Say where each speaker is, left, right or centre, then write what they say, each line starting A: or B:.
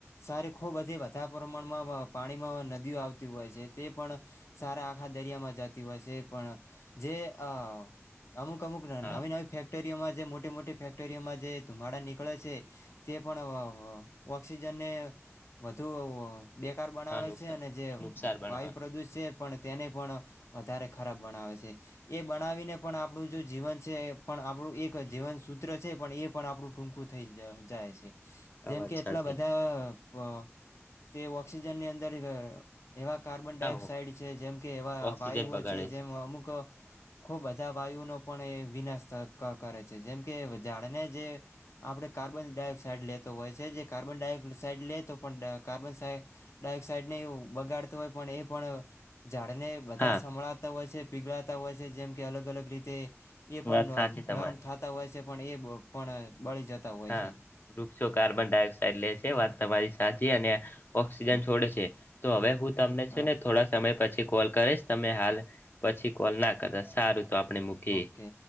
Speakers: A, on the left; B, on the left.
A: સારી ખૂબધી વધારે પ્રમાણમાં માં પાણીમાં નદીઓ આવતી હોય છે. તે પણ સારા આખા દરિયામાં જતી હોય છે એ પણ જે આ અમુક અમુક નવી
B: હા
A: નવી ફેક્ટરીઓમાં જે મોટી મોટી ફેક્ટરીઓમાં જે ધુમાડા નીકળે છે તે પણ ઓ ઓક્સિજનને વધુ બેકાર બનાવે
B: હા નુકસાન
A: છે અને જે
B: નુકસાન બનાવે
A: વાયુ પ્રદુષ પણ તેને પણ વધારે ખરાબ બનાવે છે એ બનાવીને
B: હા
A: પણ આપ આપણું જો જીવન છે એ પણ આપણું એક જીવન સૂત્ર છે પણ એ પણ આપણું ટૂંકું થઈ જ જાય છે. જેમ
B: આ વાત
A: કે એટલા
B: સાચી
A: બધા વ તે ઓક્સિજન ની અંદર એવા કાર્બન ડાયોક્સાઇડ
B: હા
A: છે જેમ કે એવા
B: ઓક્સિજન
A: વાયુઓ
B: બગાડે
A: છે જેમ અમુક ખો બધા વાયુનો પણ એ વિનાશ ક કરે છે જેમ કે ઝાડને જે આપણેે કા કાર્બન ડાયોક્સાઇડ લેતો હોય છે જે કાર્બન ડાયોક્સાઇડ લેતો પણ ડા કાર્બન સા ડાયોક્સાઇડ ને તું બગાડતો હોય પણ એ પણ ઝાડને બધા
B: હા
A: સંભળાતા હોય છે પીગળાતા હોય છે જેમ કે અલગ અલગ રીતે એ પણ
B: વાત
A: ન
B: સાચી તમારી
A: નરમ થતા હોય છે પણ એ પણ બળી જતા હોય
B: હા
A: છે
B: વૃક્ષો કાર્બન ડાયોક્સાઇડ લે છે વાત તમારી સાચી અને ઓક્સિજન
A: હા
B: છોડે છે તો હવે હું તમને
A: હા
B: છે ને થોડા સમય પછી કોલ કરીશ તમે હાલ પછી કોલ ના કર સારું તો આપણે મૂકીએ.
A: ઓકે